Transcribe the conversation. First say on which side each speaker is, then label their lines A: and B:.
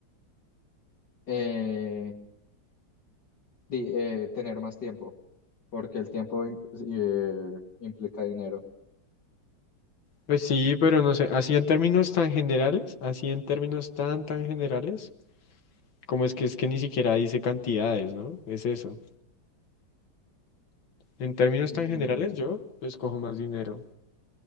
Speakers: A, on the left; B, on the left.
A: eh, di- eh, tener más tiempo, porque el tiempo im- eh, implica dinero.
B: Pues sí, pero no sé, así en términos tan generales, así en términos tan, tan generales, como es que es que ni siquiera dice cantidades, ¿no? Es eso. En términos
A: Mm,
B: tan generales, yo escojo más dinero.